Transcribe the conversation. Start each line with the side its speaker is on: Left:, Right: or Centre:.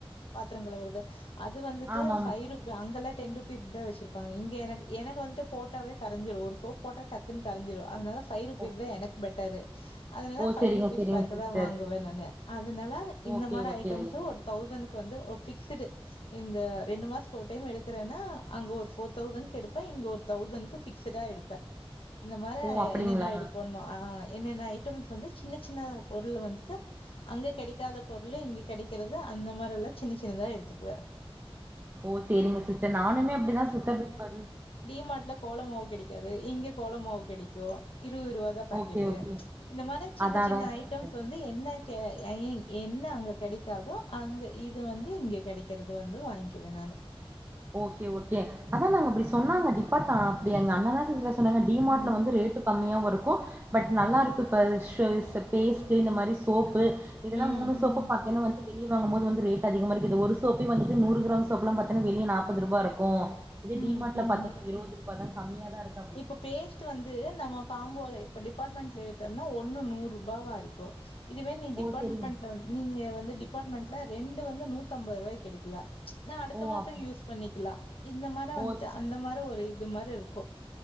Left: பாத்தரங்கழுவுறது அது வந்துட்டு
Right: ஆமாம்
Left: ஃபை ருபி அங்கலா டென் ருபீஸ்க்கு தா வெச்சிருப்பாங்க இங்கெ எனக்கு எனக்கு வந்துட்டு போட்டாவே கரஞ்சிரு ஒரு சோப் போட்டா டக்குன்னு கரஞ்சிரு அதனால ஃபைருபீஸ்
Right: ஓ
Left: தா எனக்கு பெட்டரு அதனால
Right: ஓ
Left: ஃபை
Right: சேரிங்க
Left: ருபீஸ்
Right: சேரிங்க
Left: பேக்கு
Right: சிஸ்டர்
Left: தா வாங்குவே நானு அதுனால இந்த
Right: ஓகே
Left: மாரி
Right: ஓகே
Left: ஐட்டம்ஸு ஒரு தௌசணுக் க்கு வந்து அ ஃபிக்சுடு இந்த ரெண்டு மாசத்துக்கு ஒரு டைம் எடுக்கிறேன்னா அங்க ஒரு ஃபோர் தௌசண்க்கு எடுப்பே இங்க ஒரு தௌஸணுக்கு ஃபிஸ்சடா எடுப்பே இந்த மொற
Right: ஓ அப்டிங்களா
Left: என்னென்ன எடுக்கணும்மா என்னென்ன ஐட்டம்ஸ் வந்து சின்ன சின்ன பொருளு வந்துட்டு அங்க கெடைக்காத பொருளு இங்க கெடைக்கிறது அந்த மாரெல்லா சின்ன சின்னதா எடுத்துக்குவே
Right: ஓ சேரிங்க சிஸ்டர் நானுமே அப்டிதா சிஸ்டர் பாதி
Left: டி மார்ட்ல கோல மாவு கெடைக்காது இங்கெ கோல மாவு கெடைக்கு இருவது ரூவா தா பாக்கெட்டு
Right: ஓகே ஓகே
Left: இந்த மார்தா சின்ன
Right: அதா
Left: சின்ன
Right: அதாங்க சிஸ்டர்
Left: ஐட்டம்ஸ் வந்து என்ன கே ஐ மீன் என்ன அங்க கெடைக்காதோ அங்க இது வந்து இங்க கெடைக்கிறது வந்து வாங்கிவே நா னு
Right: ஓகே ஓகே அதா நாங்க அப்டி சொன்னாங்க அப்டி இப்பத்தா அப்டி எங்க அண்ணதா சிஸ்டர் சொன்னாங்க டி
Left: ம்.
Right: மார்ட்ல வந்து ரேட்டு கம்மியா வர் க்கு பட் நல்லா இருக்கு பல் ஸ்ட்ரைசர் பேஸ்ட்டு இந்த மாரி சோப்பு இதெல்லா
Left: ம்,
Right: மூணு
Left: ம்.
Right: சோப்பு பாத்தேன்னா வந்து வெளிய வாங்கம்போது வந்து ரேட்டு அதிகமா இருக்குது ஒரு சோப்பே வந்துட்டு நூறு கிராம் சோப்புலா பத்தீனா வெளிய நாப்பது ரூவாருக்கு இதே டி
Left: ம்,
Right: மார்ட்ல
Left: ம்.
Right: பாத்தனா இருவது ரூபா தா கம்மியா தா இருக்
Left: இப்ப பேஸ்ட்டு வந்து நம்ம காம்போல இப்ப டிபார்ட்மெண்ட் ட்ல எடுத்தம்னா ஒன்னு நூற்ரூபாவா இருக்கு இதுவே நீ
Right: ஓ
Left: டிபார்ட்மெண்ட்ல
Right: செரிங்
Left: வந் நீங்கெ வந்து டிபார்ட்மெண்ட்ல ரெண்டு வந்து நூத்தம்பது ரூவாய்க்கு எடுக்கலா நா அடுத்த
Right: ஓ
Left: மாச
Right: அப்
Left: யூஸ் பண்ணிக்குலா இந்த மார்லா
Right: ஓ
Left: வந்துட்டு அந்த மாரி ஒரு இது மாரி இருக்கு